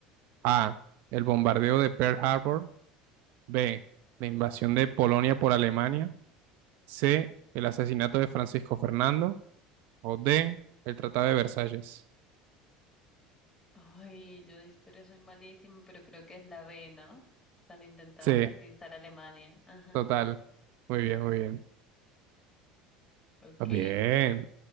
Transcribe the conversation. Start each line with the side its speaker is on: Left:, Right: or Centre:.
Right: A, el bombardeo de Pearl Harbor. B, la invasión de Polonia por Alemania. C, el asesinato de Francisco Fernando. O D, el Tratado de Versalles.
Left: Ay, yo de historia soy malísima, pero creo que es la B, ¿no? Cuando intentaban
Right: C,
Left: conquistar Alemania. Ajá.
Right: total. Muy bien, muy bien.
Left: Ok.
Right: Ah, Bien,